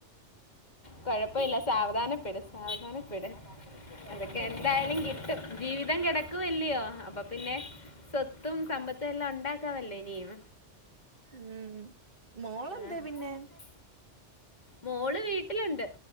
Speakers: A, on the left; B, on the right.
A: കൊഴപ്പല്ല സാവധാനപ്പെട് സാവധാന <unintelligible> അതൊക്കെ
B: ഉം
A: എന്തായാലും കിട്ടും ജീവിതം കെട ക്ക് വെല്ലിയോ അപ്പൊ പിന്നെ സ്വത്തും സമ്പത്തും എല്ലാം ഉണ്ടാക്കമല്ലെ ഇനിയും
B: ഉം. മോളെന്തേ
A: ആഹ്,
B: പിന്നെ
A: <unintelligible> മോള് വീട്ടിലുണ്ട്.